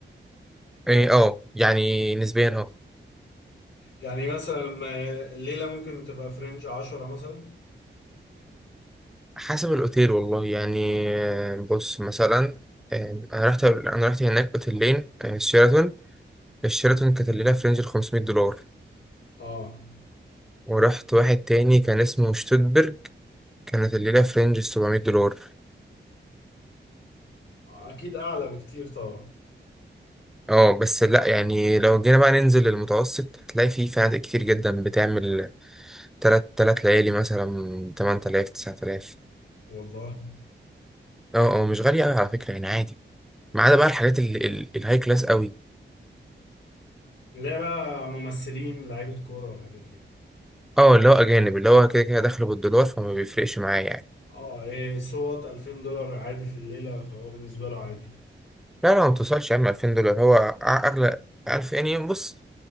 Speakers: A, in the centre; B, on the left.
A: ايه اه يعني نسبيا اه
B: يعني مثلا ما- الليله ممكن تبقى فرنج 10 مثلا
A: حسب الأوتيل والله يعني آه، بص مثلا آه، أنا رحت أنا رحت هناك أوتيلين آه، شيراتون الشيراتون كانت الليلة في رينج الخمسمية دولار
B: اه
A: ورحت واحد تاني كان اسمه شتوتبرج كانت الليلة في رينج السبعمية دولار
B: اكيد اعلى بكتير طبعا
A: اه بس لأ يعني لو جينا بقى ننزل للمتوسط هتلاقي فيه فنادق كتير جدا بتعمل تلات تلات ليالي مثلا تمن تلاف تسعة تلاف
B: والله
A: اه اه مش غالية أوي على فكرة يعني عادي ما عدا بقى الحاجات ال- ال- الهاي كلاس أوي
B: اللي هي بقى ممثلين لعيبه كوره والحاجات دي
A: اه اللي هو اجانب اللي هو كده كده داخله بالدولار فما بيفرقش معاه يعني
B: اه إيه صوت 2000 دولار عادي في الليله فهو بالنسبه له عادي
A: لا لا ما بتوصلش يا عم 2000 دولار هو أع- اغلى 1000 يعني بص